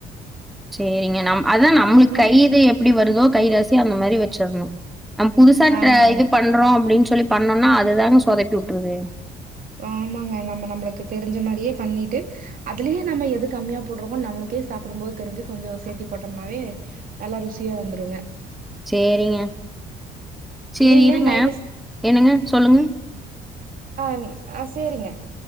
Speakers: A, in the centre; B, on the right (about 55°).
A: செரிங்க நம் அதா நம்மளுக்கு
B: அப்புறங்க
A: கை இது எப்டி வருதோ கைரச அந்த மாரி வெச்சர்னு நம் புதுசா ற்ற
B: ஆமாங்க
A: இது பண்றோ அப்டின்னுசொ சொல்லி பண்ணோனா அதுதாங்க சொதப்பி விட்டுருது
B: ஆமாங்க நம்ம நம்மளுக்கு தெரிஞ்ச மாரியே பண்ணிட்டு அதுலயே நம்ம எது கம்மியா போடுறோ நம்மளுக்கே சாப்டும்போது தெரிஞ்சு கொஞ்ச சேத்தி போட்டோம்னாவே நல்லா ருசியா வந்துருங்க
A: சரிங்க சரி
B: நீங்க
A: இருங்க
B: நைட்டு ஸ்
A: என்னங்க சொல்லுங்க
B: அஹ் ஆஹ் சரிங்க